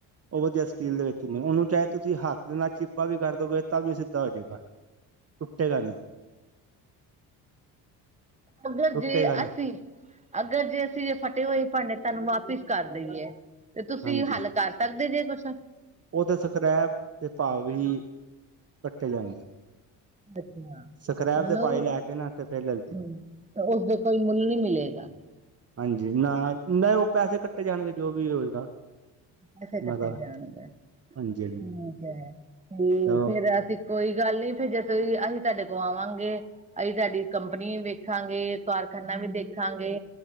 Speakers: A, on the right (about 30°); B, on the right (about 15°).
A: ਉਹ ਵਧੀਆ ਸਟੀਲ ਦੇ ਵਿੱਚ ਨੇ ਉਹਨੂੰ ਚਾਹੇ ਤੁਸੀਂ ਹੱਥ ਦੇ ਨਾਲ ਚਿੱਪਾ ਵੀ ਕਰਦੋਗੇ ਤਾਂ ਵੀ ਸਿੱਧਾ ਹੋ ਜਾਵੇਗਾ। ਟੁੱਟੇ ਗਾ ਨੀ।
B: ਅਗਰ
A: ਟੁੱਟੇਗਾ
B: ਜੇ
A: ਨੀ
B: ਅਸੀਂ। ਅਗਰ ਜੇ ਅਸੀਂ ਐ ਫਟੇ ਹੋਏ ਭਾਂਡੇ ਤੁਹਾਨੂੰ ਵਾਪਿਸ ਕਰ ਦੇਈਏ। ਤੇ ਤੁਸੀਂ
A: ਹਾਂਜੀ
B: ਹੱਲ ਕਰ ਸਕਦੇ ਜੇ ਕੁੱਛ।
A: ਉਹ ਤੇ ਸਕ੍ਰੈਪ ਦੇ ਭਾਵ ਹੀ ਕੱਟੇ ਜਾਣਗੇ।
B: ਅੱਛਾ
A: ਸਕ੍ਰੈਪ
B: ਮਲਬ।
A: ਦੇ ਭਾਈ ਲੈ ਕੇ ਨਾ ਤੇ ਫੇਰ ਲੈ ਲਈ
B: ਹਾਂ ਤੇ ਉਸਦੇ ਕੋਈ ਮੁੱਲ ਨਹੀਂ ਮਿਲੇਗਾ।
A: ਹਾਂਜੀ ਨਾ ਨਾ ਉਹ ਪੈਸੇ ਕੱਟੇ ਜਾਣਗੇ ਜੋ ਵੀ ਹੋਏਗਾ।
B: ਪੈਸੇ ਕੱਟੇ
A: ਉਹਨਾਂ ਦਾ
B: ਜਾਣਗੇ ਠੀਕ
A: ਹਾਂਜੀ
B: ਹੈ ਤੇ
A: ਹਾਂਜੀ
B: ਫੇਰ ਅਸੀਂ। ਕੋਈ ਗੱਲ ਨੀ ਫਿਰ ਜਦੋਂ ਅਸੀਂ ਤੁਹਾਡੇ ਕੋ ਆਵਾਂਗੇ। ਅਸੀਂ ਤੁਹਾਡੀ ਕੰਪਨੀ ਵੀ ਵੇਖਾਂਗੇ ਕਾਰਖਾਨਾ ਵੀ ਦੇਖਾਂਗੇ।